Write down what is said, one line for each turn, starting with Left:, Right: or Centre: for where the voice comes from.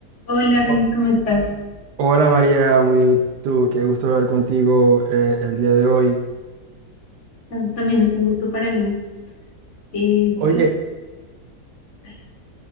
Left: Hola Randy,
Right: Ho-
Left: ¿cómo estás?
Right: Hola María, muy bien. ¿Y tú? Qué gusto hablar contigo eh, el día de hoy.
Left: Tam- También es un gusto para mí. Eh,
Right: Oye,
Left: pues, dale.